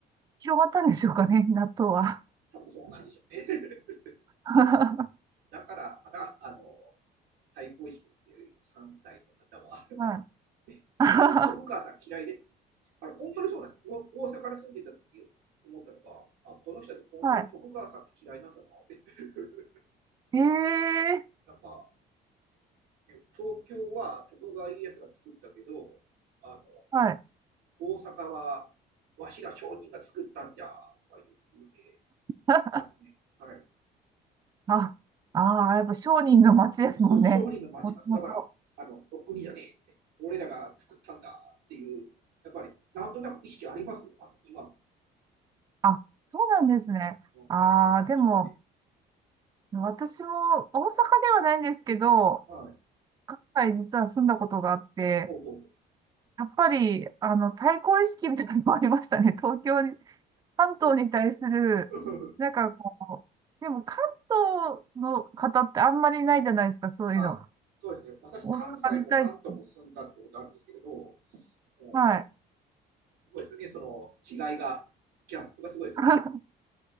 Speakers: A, on the right; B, on the right.
A: 広がったんでしょうかね、<laughs> 納豆は。
B: 多分そうなんでしょうね。<laughs>
A: <laughs> は
B: だからかな、あの、対抗意識の強い関西の方は、<laughs>
A: い。<laughs>
B: 徳徳川さん嫌いであれ、本当にそうなんですよ。お大阪に住んでいた時思ったのが、あ、この人たち本当に徳川さんって嫌いなんだなって
A: は
B: <laughs>。
A: い。ええ
B: なんか、ね東京は徳川家康が作ったけど、あの、
A: はい。
B: 大阪はわしら商人が作ったんじゃとか言うて
A: <laughs>
B: ますね。はい。
A: あ、ああ、やっぱ商人の街ですもんね。
B: その商人の町ます。
A: もともと。
B: だから、あの、お国じゃねえって。俺らが作ったんだっていう、やっぱり、なんとなく意識ありますよ。あの、今の、
A: あ、そうなんですね。
B: うん、
A: ああ、
B: 関西の人って。
A: でも、私も大阪ではないんですけど、
B: はい。
A: 関西実は住んだことがあって、
B: ほうほう。
A: やっぱり、あの、対抗意識みたいなのもありましたね。<laughs> 東京に、関東に対する、
B: <laughs>
A: なんかこう、でも関東の方ってあんまりないじゃないですか、そういうの。
B: あ、そうですね。私、
A: 大阪に対して。
B: 関西も関東も住んだってことあるんですけれど、もう、
A: はい。
B: すごいですよね。その違いが、ギャップがすごいですよね。
A: <laughs>